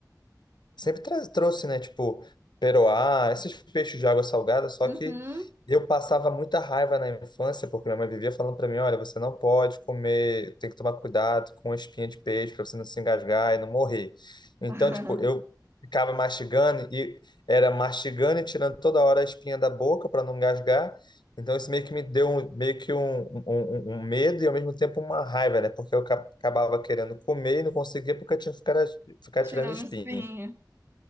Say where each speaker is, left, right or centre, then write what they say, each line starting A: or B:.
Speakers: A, on the left (about 80°); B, on the right (about 35°).
A: sempre tra- trouxe, né? Tipo, peroá, esses peixes de água salgada, só
B: Uhum.
A: que eu passava muita raiva na infância, porque minha mãe vivia falando para mim, olha, você não pode comer, tem que tomar cuidado com a espinha de peixe para você não se engasgar e não morrer. Então,
B: <laughs>
A: tipo, eu ficava mastigando e era mastigando e tirando toda hora a espinha da boca para não engasgar. Então, isso meio que me deu um- meio que um, um, um- um um medo e, ao mesmo tempo, uma raiva, né? Porque eu ca- acabava querendo comer e não conseguia porque eu tinha que ficar, ficar
B: Tirando
A: tirando espinha.
B: espinho.